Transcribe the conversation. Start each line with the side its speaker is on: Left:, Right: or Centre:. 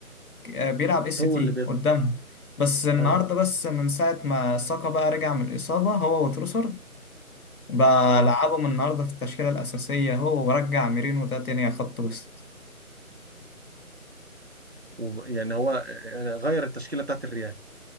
Left: آه، بيلعب اس تي
Right: هو اللي بيطلع
Left: قدامهم بس النهارده
Right: ايوه
Left: بس من ساعه ما ساكا بقى رجع من الاصابه هو وتروسر بقى
Right: اه
Left: لعبهم النهارده في التشكيله الاساسيه هو ورجع ميرينو ده تاني خط وسط
Right: وب- يعني هو آه، غير التشكيله بتاعت الريال